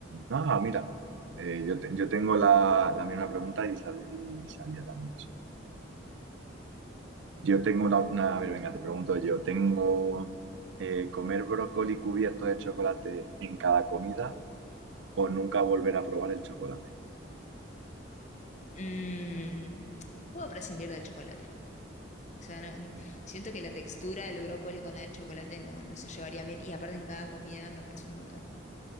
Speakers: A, on the right; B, on the left.
A: Ah, mira, eh, yo, te- yo tengo la, la misma pregunta y, sal- y salía también eso. Yo tengo una, una- A ver, venga, te pregunto yo. ¿Tengo eh, comer brócoli cubierto de chocolate en cada comida o nunca volver a probar el chocolate?
B: Mm, puedo prescindir del chocolate. O sea, no- siento que la textura del brócoli con la del chocolate no, no se llevaría bien. Y aparte en cada comida me parece un montón.